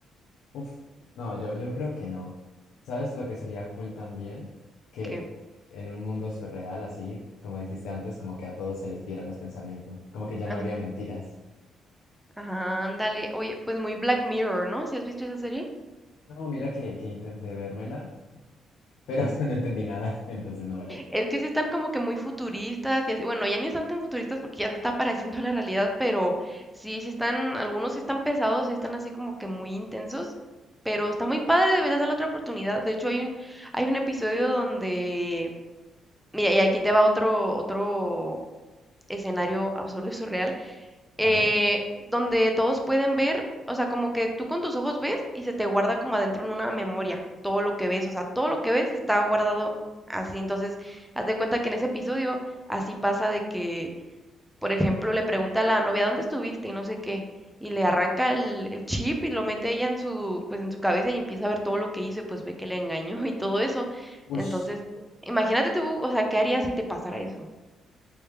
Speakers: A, on the left; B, in the centre.
A: Uf, no, yo, yo creo que no. ¿Sabes lo que sería cool también? Que
B: ¿Qué?
A: en un mundo surreal, así, como dijiste antes, como que a todos se les vieran los pensamientos, como que ya
B: Ajá,
A: no habría mentiras.
B: ajá, ándale. Oye, pues muy Black Mirror, ¿no? ¿Si has visto esa serie?
A: No, mira que, que intenté vérmela, pero <laughs> no entendí nada, <laughs> entonces no me la vi.
B: Es que sí están como que muy futuristas, y así- bueno, ya ni están tan futuristas porque ya se está pareciendo a <laughs> la realidad, pero sí, sí están, algunos sí están pesados, sí están así como que muy intensos, pero está muy padre, deberías darle otra oportunidad. De hecho, hay un, hay un episodio donde, mira, y aquí te va otro, otro escenario absurdo y surreal eh,
A: A ver.
B: donde todos pueden ver, o sea, como que tú con tus ojos ves y se te guarda como adentro en una memoria todo lo que ves, o sea, todo lo que ves está guardado así. Entonces, haz de cuenta que en ese episodio así pasa de que, por ejemplo, le pregunta a la novia, ¿dónde estuviste? Y no sé qué. Y le arranca el, el chip y lo mete ella en su, pues en su cabeza y empieza a ver todo lo que hizo y pues ve que le engañó y todo eso.
A: Ush.
B: Entonces, imagínate tú, o sea, ¿qué harías si te pasara eso?